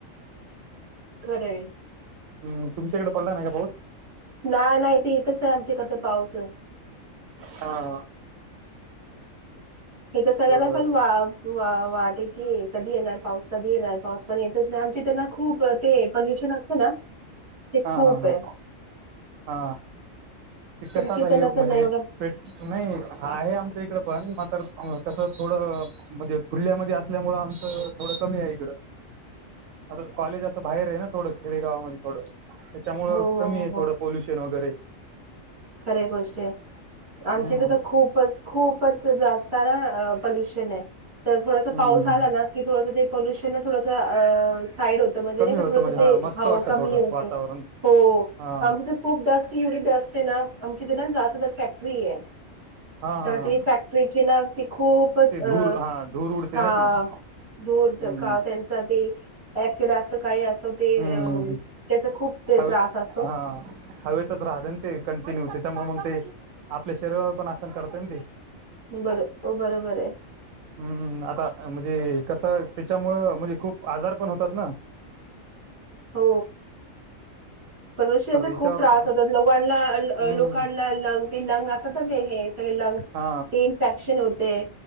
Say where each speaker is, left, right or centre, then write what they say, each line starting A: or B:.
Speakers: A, on the right; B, on the right.
A: खरं आहे.
B: हम्म तुमच्याकडे पडला नाही का पाऊस.
A: ना नाही इथे येतच नाही आमच्याइथ पाऊस.
B: हा.
A: हे तर सगळ्यांना
B: बरं
A: पण वा
B: बर
A: वाटे की कधी येणार पाऊस. कधी येणार पाऊस पण येतच नाही आमची त्यांना खूप ते पल्यूशन असतं ना. ते
B: हा
A: खूप
B: हा हा
A: आहे.
B: हा ते
A: तुमची
B: कसात आहे
A: तर नसेल
B: म्हणजे
A: ना एवढं
B: पेट नाही हा आहे आमच्या इकड. पण मात्र कसं थोडं म्हणजे खुल्यामध्ये असल्यामुंळ आमचं थोडं कमी आहे इकडं.
A: <inaudible>
B: <unintelligible> कॉलेज असं बाहेर आहे ना थोडं खेडेगावामध्ये थोडं. त्याच्यामुळं
A: हो हो
B: कमी
A: हो
B: आहे थोडं
A: हो
B: पोल्युशन वगैरे.
A: खरे गोष्टी आहे
B: हम्म
A: आमच्या इथे तर खूपच खूपच जास्त. कारण अ पल्यूशन आहे तर थोडसं
B: हम्म
A: पाऊस आला ना की थोडसं ते पल्यूशन. ते ना थोडसं साईड होत म्हणजे
B: कमी
A: नाही का
B: होतं
A: थोडंस
B: म्हणजे हा
A: ते
B: मस्त वाटतं
A: कमी
B: थोडं
A: होत.
B: वातावरण
A: हो
B: हा
A: आमच खूप डस्ट एवढी डस्ट आहे ना आमची इथे ना जास्त तर फॅक्टरी आहे.
B: हा हा
A: तर
B: हा
A: ती फॅक्टरीची ना ती खूपच
B: ते
A: अ.
B: धूर हा धूर उडते
A: हा
B: ना ती
A: धुरच
B: हम्म
A: का त्यांचा ते. ऍसिड असं काही असं ते
B: हम्म
A: त्याच खूप ते
B: हवे
A: त्रास असतो
B: हा हवेतच राहत. ते कंटिन्यू त्याच्यामुळे मग ते आपल्या शरीरावर पण आसर करतय ना ते.
A: बर बरोबर आहे
B: हम्मम आता म्हणजे. कसं त्याच्यामुळ म्हणजे खूप आजार पण होतात ना.
A: हो. पल्यूशनचा
B: तर याच्यावर
A: खूप त्रास होतात लोकांना
B: हम्म
A: लोकांना लंग ते लंग असतातना ते हे. लंग्स ते
B: हा
A: इन्फेक्शन होते